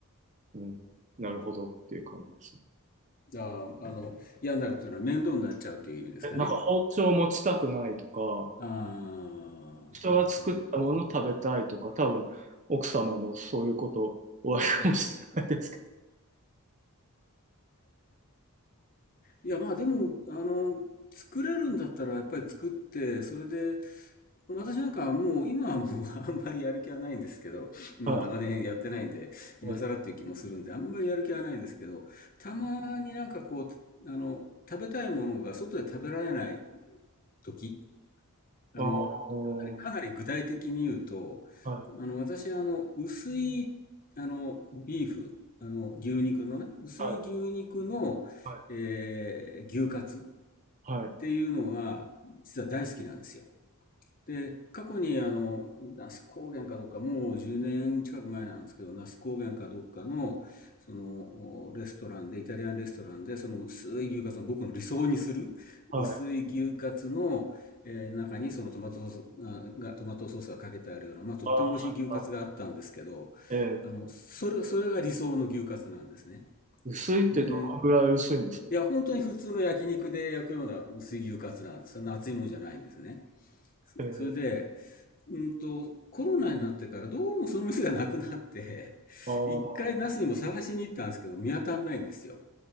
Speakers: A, on the right; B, on the left.
A: うん、なるほどっていう感じですね。
B: ああ、あの、嫌になるというのは面倒になっちゃうという意味ですかね。
A: え、なんか包丁持ちたくないとか、
B: ああ、
A: 人が作ったもの食べたいとか、
B: なるほど。
A: 多分奥様もそういうことおありかもしれないですけ
B: うん。いや、まあでも、あの、作れるんだったらやっぱり作って、それで、私なんかはもう、今はもう <laughs> あんまりやる気はないんですけど、もう長年やってないんで、
A: ど。は
B: 今更っていう気もするんで、
A: い、はい、
B: あんまりやる気はないんですけど、たまになんかこう、あの、食べたいものが外で食べられない時、あの、
A: ああ、は
B: かなり具体的に言うと、
A: い、
B: あの、私はあの、薄い、あの、ビーフ、あの、牛肉のね、薄い牛肉の、
A: はい、はい、
B: えー牛カツ
A: はい、
B: っていうのが、実は大好きなんですよ。で、過去にあの、那須高原かどっか、もう10年近く前なんですけど、那須高原かどっかの、その、レストランで、イタリアンレストランで、その薄い牛カツの、僕の理想にする、
A: はい。
B: 薄い牛カツの、えー中にそのトマトソースが、トマトソースがかけてあるような、まあ、とっても美味しい牛カツがあったんですけど、
A: ああ、えー
B: あの、それ、それが理想の牛カツなんですね。
A: 薄いってどのぐらい薄いんですか
B: で、いや、本当に普通の焼肉で焼くような薄い牛カツなんですよ。そ熱いもんじゃないんですね。
A: ええ
B: それで、うんと、コロナになってからどうもその店がなくなって、<laughs>
A: ああ、
B: 一回ナスにも探しに行ったんですけど、
A: まあ、
B: 見当たんないんですよ。